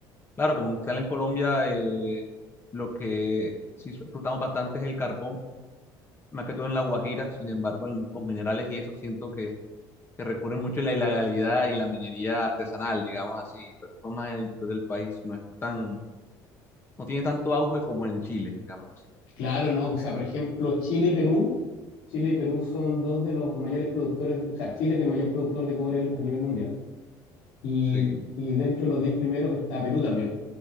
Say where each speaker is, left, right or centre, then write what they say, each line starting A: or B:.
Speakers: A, on the left (about 25°); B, on the left (about 75°).
A: Claro, como tal en Colombia, eh, lo que sí explotamos bastante es el carbón, más que todo en La Guajira, sin embargo, en los minerales y eso siento que, que recurren mucho a la ilegalidad y la minería artesanal, digamos así, pero eso más en el interior del país, no es tan, no tiene tanto auge como en Chile, digamos así.
B: Claro, no, o sea, por ejemplo, Chile y Perú, Chile y Perú son dos de los mayores productores, o sea, Chile es el mayor productor de cobre a nivel mundial y,
A: Sí.
B: y dentro de los 10 primeros está Perú también.